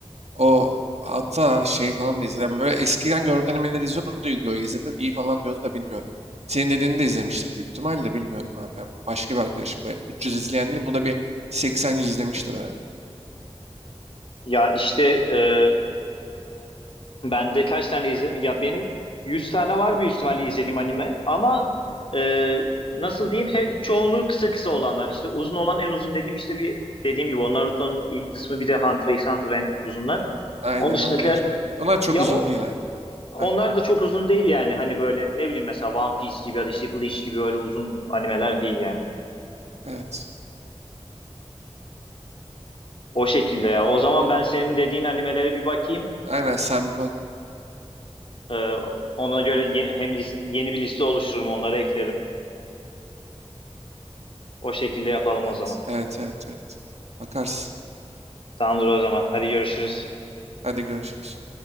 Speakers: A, on the right (about 80°); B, on the left (about 55°).
A: O hatta şey falan da izledi. Böyle eskiden görüntülemeleri izliyordu. O da Yu-Gi-Oh! izledi. İyi falan diyordu da bilmiyorum. Senin dediğini de izlemiştir büyük ihtimalle. Bilmiyorum abi. Ben başka bir arkadaşım. Böyle 300 izleyen değil. Bu da bir 80-100 izlemiştir herhalde.
B: Ya işte e, Ben de kaç tane izledim? Ya benim 100 tane var büyük ihtimalle izlediğim anime ama e, nasıl diyeyim he- çoğunluğu kısa kısa olanlar İşte uzun olan en uzun dediğim işte bir dediğim gibi o Naruto'nun ilk kısmı bir de Hunter x Hunter en uzunlar.
A: Aynen
B: Onun dışındakiler
A: onlar. Onlar çok
B: ya
A: uzun
B: o,
A: değil hayatım.
B: onlar
A: Aynen.
B: da çok uzun değil yani hani böyle ne bileyim mesela One Piece gibi ya da işte Bleach gibi öyle uzun animeler değil yani.
A: Evet.
B: O şekilde ya. O zaman ben senin dediğin animelere bir bakayım.
A: Aynen sen bir bak.
B: E, ona göre ye- hem list- yeni bir liste oluştururum onları eklerim. O şekilde yapalım
A: Evet.
B: o zaman.
A: Evet. Evet. Evet. Bakarsın.
B: Tamamdır o zaman. Hadi görüşürüz.
A: Hadi görüşürüz.